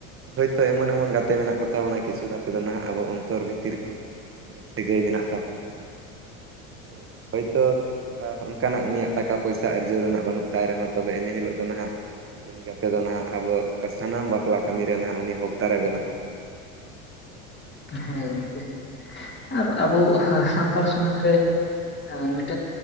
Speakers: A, on the right; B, on the left.
A: ᱦᱳᱭᱛᱚ ᱮᱢᱚᱱ ᱮᱢᱚᱱ ᱜᱟ ᱛᱮ ᱢᱮᱱᱟᱜ ᱠᱚ ᱛᱟᱵᱚᱱᱟ ᱠᱤᱪᱷᱩ ᱜᱟᱛᱮ ᱫᱚ ᱱᱟᱦᱟᱜ ᱟᱵᱚ ᱚᱱᱛᱚᱨ ᱵᱷᱤᱛᱤᱨ ᱠᱷᱚᱱ ᱢᱟᱱᱮ ᱥᱟᱹᱜᱟᱹᱭ ᱢᱮᱱᱟᱜ ᱛᱟᱵᱚᱱᱟ᱾ ᱦᱩᱸ ᱦᱳᱭᱛᱚ ᱟ ᱚᱱᱠᱟᱱᱟᱜ ᱩᱱᱤᱭᱟᱜ ᱴᱟᱠᱟ ᱯᱚᱭᱥᱟ ᱟᱹᱨᱡᱟᱹᱣ ᱨᱮᱱᱟᱜ ᱵᱟᱹᱱᱩᱜ ᱛᱟᱭ ᱨᱮᱦᱚᱸ ᱛᱚᱵᱮ ᱮᱱᱮ ᱦᱤᱞᱚᱜ ᱫᱚ ᱱᱟᱦᱟᱜ ᱩᱱᱤ ᱜᱟᱛᱮ ᱫᱚ ᱱᱟᱜ ᱟᱵᱚ ᱥᱟᱱᱟᱢ ᱵᱟᱯᱞᱟ ᱠᱟᱹᱢᱤ ᱨᱮ ᱱᱟᱦᱟᱜ ᱩᱱᱤ ᱦᱚᱠ ᱫᱟᱨᱮ ᱵᱮᱱᱟᱜᱼᱟ᱾
B: ᱦᱮᱸ ᱜᱚᱢᱮ, ᱟᱨ ᱟᱵᱚ <unintelligible> ᱥᱟᱱᱛᱟᱲ ᱥᱚᱢᱟᱡᱽ ᱨᱮ ᱢᱤᱫᱴᱮᱱ